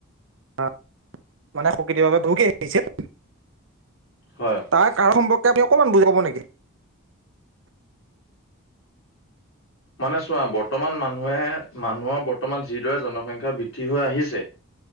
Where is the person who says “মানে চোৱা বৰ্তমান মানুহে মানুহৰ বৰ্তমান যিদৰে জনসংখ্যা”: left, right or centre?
Left